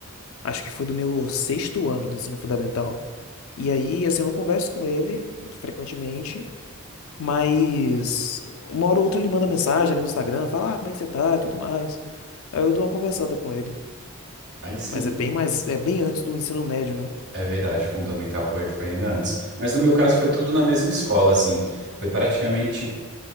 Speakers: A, on the left; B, on the right.
A: Acho que foi do meu sexto ano do ensino fundamental. E aí, assim, eu não converso com ele frequentemente, mas uma hora ou outra ele manda mensagem ali no Instagram, fala, ah, como é que você tá e tudo mais. Aí eu dou uma conversada com ele.
B: Aí sim.
A: Mas é bem mais, é bem antes do ensino médio, né?
B: É verdade, fundamental foi, foi ainda antes. Mas no meu caso foi tudo na mesma escola, assim. Foi praticamente.